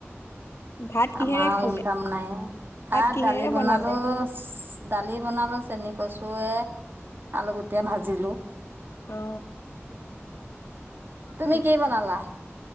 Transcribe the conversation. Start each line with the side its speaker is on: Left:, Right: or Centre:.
Left: ভাত কিহেৰে
Right: আমাৰো
Left: খালে
Right: ইনকাম নাই ভাত
Left: কিহেৰে
Right: দালি বনালো।
Left: বনালে?
Right: দালি বনালো চেনি কচুৱে আলুগুটীয়া ভাজিলো।
Left: অ'
Right: তুমি
Left: ঠিকে
Right: কি বনালা